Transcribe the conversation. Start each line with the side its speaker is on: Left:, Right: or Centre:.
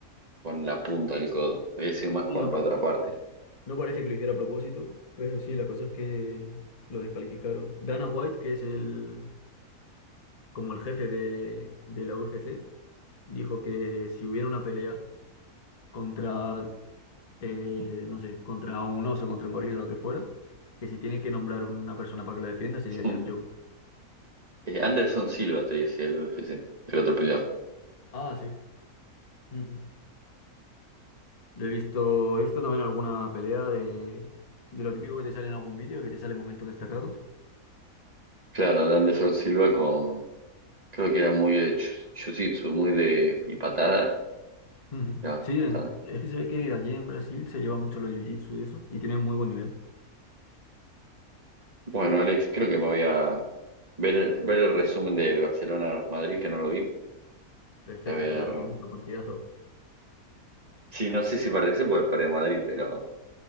Right: con la punta del codo. Había sido más
Left: Sí,
Right: con
Left: no, pa-
Right: la otra parte.
Left: no parece que lo hiciera a propósito, pero sí, la cosa es que lo descalificaron. Dana White, que es el como el jefe de, de la UFC, dijo que si hubiera una pelea contra eh, no sé, contra un oso, contra un gorila, lo que fuera, que si tiene que nombrar una persona para que lo defienda sería
Right: <laughs>
Left: John Jones.
Right: Eh, Anderson Silva te decía el UFC, el otro peleador.
Left: Ah, sí. Ujú. Lo He visto, he visto también alguna pelea de, de lo típico que te sale en algún vídeo, que te salen momentos destacados.
Right: Claro, de Anderson Silva con, creo que era muy de jiu- jiu-jitsu, muy de, y patadas.
Left: Ujú.
Right: Era
Left: Sí,
Right: patada.
Left: en- es que se ve que allí en Brasil se lleva mucho los jiu-jitsu y eso, y tienen muy buen nivel.
Right: Bueno, Alex, creo que me voy a ver, ver el resumen de Barcelona-Madrid, que no lo vi.
Left: Perfecto,
Right: A ver.
Left: te lo recomiendo, partidazo.
Right: Sí, no sé si participo porque perdí Madrid, pero